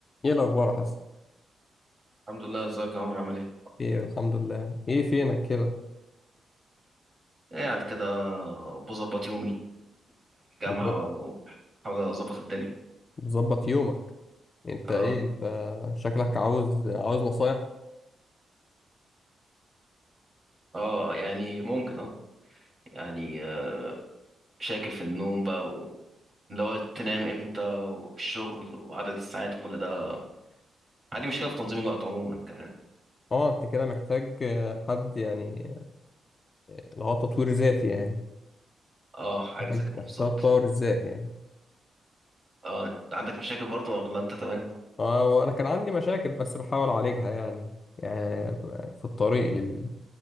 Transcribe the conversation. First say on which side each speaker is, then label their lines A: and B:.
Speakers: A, on the left; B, on the right.
A: ايه الاخبار يا حسن
B: الحمد لله ازيك يا عمرو عامل ايه
A: ايه الحمد لله ايه فينك كده
B: قاعد كده بظبط يومي
A: بتظبط
B: جامعة وبحاول اظبط الدنيا
A: بتظبط يومك انت
B: اه
A: ايه انت شكلك عاوز عاوز نصايح
B: اه يعني ممكن اه يعني آه، شاكل في النوم بقى واللي هو تنام امتى والشغل وعدد الساعات وكل ده عندي مشكلة في تنظيم الوقت عموما كمان
A: اه انت كده محتاج آه، حد يعني آه، اللي هو تطوير ذاتي يعني
B: اه حاجة
A: محتاج
B: زي كده
A: محتاج
B: بالظبط
A: تطور الذات يعني
B: اه انت عندك مشاكل برضه ولا انت تمام
A: اه وانا كان عندي مشاكل بس بحاول اعالجها يعني يعني ب- في الطريق لل...